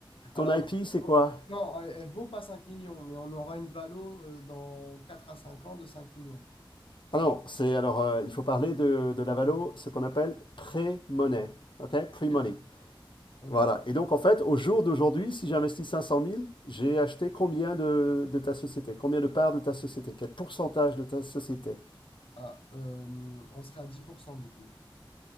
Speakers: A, on the left; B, on the left.
A: Ton
B: Alors,
A: IP, c'est
B: elle vaut-
A: quoi?
B: non, elle, elle vaut pas 5 millions, mais on aura une valo euh, dans 4 à cinq ans de 5 millions.
A: Ah non, c'est alors, euh, il faut parler de, de la Valo, ce qu'on appelle pré-money. Ok? Pre-money.
B: Ok. Ok.
A: Voilà. Et donc, en fait, au jour d'aujourd'hui, si j'investis cinq cent mille, j'ai acheté combien de, de ta société? Combien de parts de ta société? Quel pourcentage de ta société?
B: Ah, euh, on serait à 10% du coup.